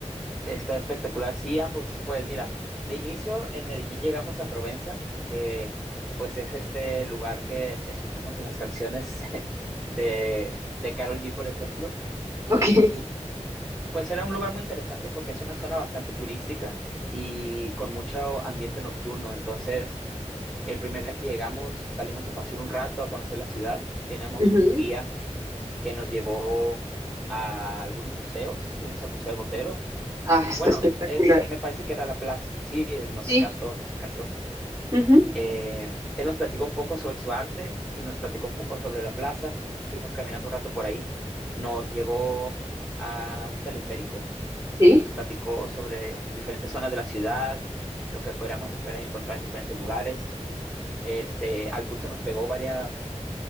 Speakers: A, in the centre; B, on the right.
A: Está espectacular, sí, ambos. Pues mira, de inicio en Medellín llegamos a Provenza, que pues es este lugar que escuchamos en las canciones <laughs> de, de Karol G, por ejemplo. Y
B: <laughs> Ok.
A: pues era un lugar muy interesante porque es una zona bastante turística y con mucho ambiente nocturno. Entonces, el primer día que llegamos, salimos a pasear un rato, a conocer la ciudad. Teníamos
B: Ujú.
A: un guía que nos llevó a algunos museos, fuimos al Museo del Botero.
B: Ah, está
A: Bueno,
B: espectacular.
A: es, me parece que era la plaza. Sí, eh, nos
B: Sí.
A: encantó, nos encantó.
B: Ujú.
A: Eh, él nos platicó un poco sobre su arte y nos platicó un poco sobre la plaza. Estuvimos caminando un rato por ahí. Nos llevó a un teleférico y
B: Sí.
A: nos platicó sobre diferentes zonas de la ciudad, lo que podríamos esperar encontrar en diferentes lugares. Este, al tour se nos pegó varias